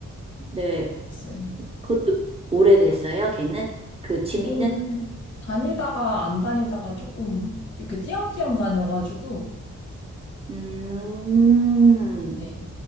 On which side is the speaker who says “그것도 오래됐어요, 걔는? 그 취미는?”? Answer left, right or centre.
Right